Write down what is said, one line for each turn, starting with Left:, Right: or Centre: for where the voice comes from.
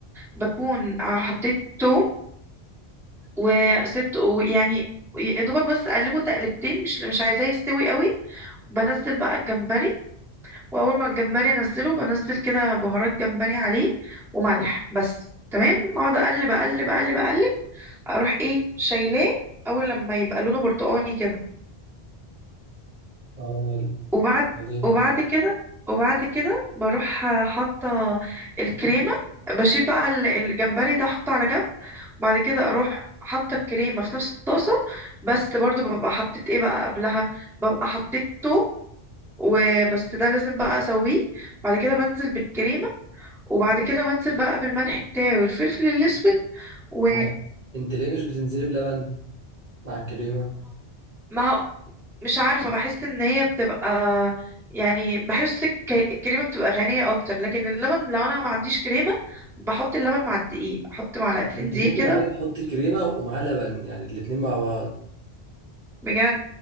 Centre: بكون حطيت توم وسبت يعني يا دوبك بس اقلبه تقلبتين مش مش عايزاه يستوي قوي بنزل بقى الجمبري واول ما الجمبري انزله بنزل كده بهارات جمبري عليه وملح بس تمام اقعد اقلب اقلب اقلب اقلب اروح ايه شايلاه اول لما يبقى لونه برتقاني كده
Right: اه
Centre: وبعد
Right: بعدين
Centre: وبعد كده وبعد كده بروح حاطه الكريمه بشيل بقى ال- الجمبري ده احطه على جنب بعد كده اروح حاطه الكريمه في نفس الطاسه بس برضو ببقى حطيت ايه بقى قبلها ببقى حطيت توم وبس ده لازم بقى اسويه بعد كده بنزل بالكريمه وبعد كده بنزل بقى بالملح بتاعي والفلفل الاسود ومع
Right: هو انت ليه مش بتنزلي بلبن مع الكريمه
Centre: مع مش عارفة بحس ان هي بتبقى يعني بحس الك- الكريمة بتبقى غنية اكتر لكن اللبن لو انا ما عنديش كريمة بحط اللبن مع الدقيق احط معلقتين
Right: انت
Centre: دقيق
Right: ممكن
Centre: كده
Right: عارف تحطي كريمه ومعاه لبن يعني الاتنين مع بعض
Centre: بجد